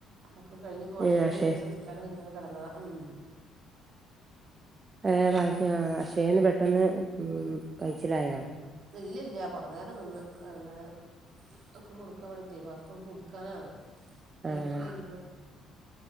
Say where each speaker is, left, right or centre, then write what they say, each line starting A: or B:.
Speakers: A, on the right; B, on the right.
A: ഒക്കെ കഴിഞ്ഞ്പ്പോ ഭക്ഷണം
B: ഏഹ് അക്ഷേ
A: കഴിച്ച് നിസ്കാരം കയ്ഞ്ഞ് കെടന്നതാ ഉം
B: ഏ
A: അങ്ങനെ
B: അക്ഷയേന്ന് പെട്ടെന്ന് ഉം കയ്ച്ചിലായോ
A: ഇല്ലല്ല്യ കൊറ നേരം നിന്ന് അങ്ങനെ ഒക്കെ കൊടുക്കാൻ വേണ്ടീട്ടേ പാസ്പോർട്ട് പുതുക്കാനാണ് ഡേറ്റ്
B: ആഹ് ആഹ്
A: കഴിഞ്ഞ്ക്ണ്